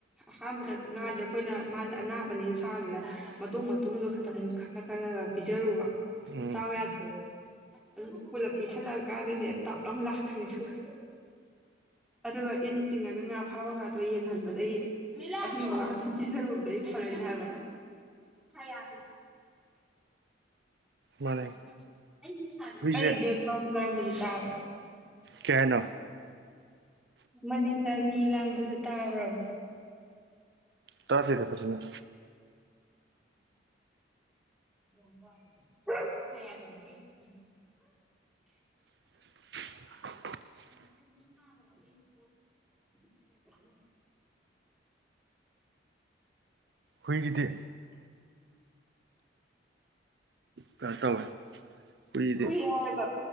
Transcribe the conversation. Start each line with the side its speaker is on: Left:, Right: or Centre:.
Centre: ꯑꯍꯥꯟꯕꯗ ꯉꯥꯁꯦ ꯑꯩꯈꯣꯏꯅ ꯃꯥꯁꯦ ꯑꯅꯥꯕꯅꯤꯅ ꯁꯥꯗꯅ ꯃꯇꯣꯡ ꯃꯇꯣꯡꯗ ꯇꯪ ꯈꯜꯂ ꯈꯜꯂꯒ ꯄꯤꯖꯔꯨꯕ
Right: ꯎꯝ
Centre: ꯆꯥꯎ ꯌꯥꯗ꯭ꯔꯦ ꯑꯗꯨ ꯄꯨꯂꯞ ꯄꯤꯁꯜꯂꯛꯑꯀꯥꯟꯗꯅꯦ ꯇꯥꯞꯇ ꯑꯃꯨꯛ ꯂꯥꯛꯈ꯭ꯔꯦ ꯑꯗꯨꯒ ꯑꯗꯨꯒ ꯏꯟ ꯆꯤꯡꯉꯒ ꯉꯥ ꯐꯥꯕ ꯉ ꯣ ꯌꯦꯡꯍꯟꯕꯗꯒꯤ ꯑꯤꯡꯕꯒ ꯍꯥꯇ꯭ꯔꯨ ꯄꯤꯖꯔꯨꯕꯗꯒꯤꯩ ꯐꯔꯦꯅꯦ ꯍꯥꯏꯕ ꯍꯥꯏ ꯌꯥ
Right: ꯃꯥꯅꯦ
Centre: ꯍꯥꯏ
Right: ꯍꯨꯏꯁꯦ
Centre: ꯑꯩꯒ꯭ꯔꯥꯎꯟ ꯂꯥꯡꯕꯖꯤ ꯇꯥꯕ
Right: ꯀꯩ ꯍꯥꯏꯅꯣ
Centre: ꯍ ꯃꯅꯤꯡꯗ ꯃꯤ ꯂꯥꯡꯕꯁꯨꯦ ꯇꯥꯕ꯭ꯔꯕ
Right: ꯇꯥꯗꯦꯗ ꯐꯖꯅ
Centre: ꯎ ꯃꯁꯥ ꯌꯥꯗꯕꯒꯤ ꯎꯝ
Right: <unintelligible>
Centre: <inaudible>
Right: ꯑꯩꯈꯣꯏꯒꯤꯗꯤ ꯀꯩꯅꯣ ꯇꯧꯋꯦ ꯍꯨꯏꯒꯤꯗꯤ
Centre: ꯌꯥꯒ